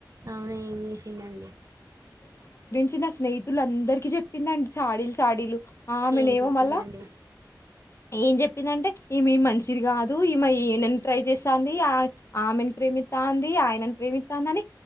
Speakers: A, on the right (about 50°); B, on the left (about 40°).
A: అవునా ఏమి చేసిందండీ
B: చి నా స్నేహితులు అందరికి చెప్పిందండి చాడీలు చాడీలు ఆమే
A: ఏం
B: నేమో
A: చెప్పిందండి
B: మళ్ళా ఏం చెప్పిందంటే ఈమే మంచి చిది కాదు ఈమే ఈయనను ట్రై చేస్తాంది ఆ ఆమెను ప్రేమి త్తంది ఆయనని ప్రేమిత్తంది అని